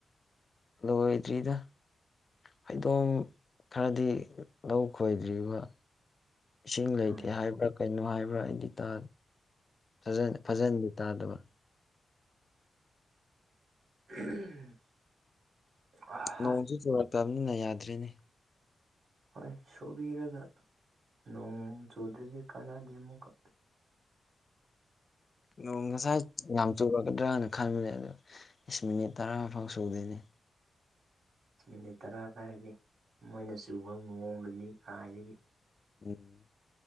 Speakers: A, on the left; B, on the right.
A: ꯂꯣꯏꯗ꯭ꯔꯤꯗ ꯐꯩꯗꯣꯝ ꯈꯔꯗꯤ ꯂꯧ ꯈꯣꯏꯗ꯭ꯔꯤꯕ ꯏꯁꯤꯡ ꯂꯩꯇꯦ
B: ꯎꯝ
A: ꯍꯥꯏꯕ꯭ꯔꯥ ꯀꯩꯅꯣ ꯍꯥꯏꯕ꯭ꯔꯥ ꯑꯩꯗꯤ ꯇꯥ ꯐꯖ ꯐꯖꯟꯗꯤ ꯇꯥꯗꯕ
B: <inaudible> ꯑꯍꯥ
A: ꯅꯣꯡꯁꯨ ꯆꯨꯔꯛꯇꯕꯅꯤꯅ ꯌꯥꯗ꯭ꯔꯤꯅꯦ
B: ꯍꯣꯏ ꯁꯨꯕꯤꯔꯒ ꯅꯣꯡ ꯆꯨꯗ꯭ꯔꯗꯤ ꯀꯥꯟꯅꯗꯦ ꯑꯃꯨꯛꯀ
A: ꯅꯣꯡ ꯉꯁꯥꯏ ꯌꯥꯝ ꯆꯨ ꯀꯗ꯭ꯔ ꯈꯟꯕꯅꯦ ꯑꯗꯣ ꯏꯁ ꯃꯤꯅꯤꯠ ꯇꯔꯥ ꯐꯥꯎ ꯁꯨꯗꯣꯏꯅꯦ
B: ꯃꯤꯅꯤꯠ ꯇꯔꯥ ꯀꯥꯏꯔꯗꯤ ꯃꯣꯏꯅ ꯆꯨꯕ ꯃꯑꯣꯡꯗꯗꯤ ꯈꯥꯏꯏꯗꯒꯤ
A: ꯎꯝ